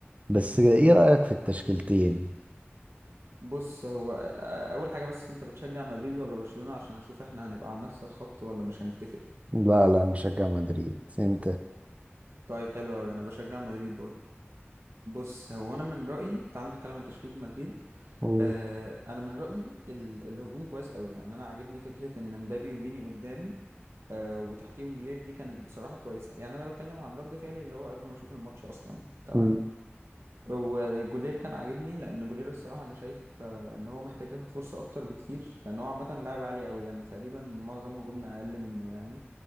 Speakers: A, on the right (about 30°); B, on the right (about 70°).
A: بس ايه رأيك في التشكيلتين
B: بص هو آه، اول حاجه بس انت بتشجع مدريد ولا برشلونه عشان اشوف احنا هنبقى على نفس الخط ولا مش هنتفق
A: لا لا انا بشجع مدريد انت
B: طيب حلو قوي انا بشجع مدريد برضو بص هو انا من رايي تعال نتكلم عن تشكيله مدريد
A: قول.
B: آه انا من رايي ال... الهجوم كويس قوي يعني انا عاجبني فكره ان مبابي وفيني قدام آه وتحتيهم جلير دي كانت بصراحه كويسه يعني انا بتكلم عن رد فعلي اللي هو قبل ما اشوف الماتش اصلا تمام
A: مم.
B: وجولير كان عاجبني لان جولير الصراحه انا شايف آه، ان هو محتاج ياخد فرصه اكتر بكتير لان هو عامه لاعب عالي قوي يعني تقريبا معظم هجومنا اقل منه يعني